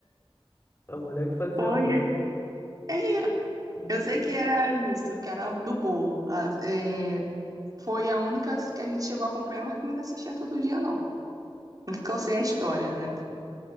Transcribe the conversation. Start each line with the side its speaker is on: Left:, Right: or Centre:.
Left: A mulher que fazia
Right: Foi.
Left: bullying.
Right: a- É,
Left: Muito
Right: eu sei
Left: bom.
Right: que era isso, que era do bolo. Ah, É, Foi a única que a gente chegou a acompanhar, mas também não assistia todo dia, não. O que que eu sei é a história, né?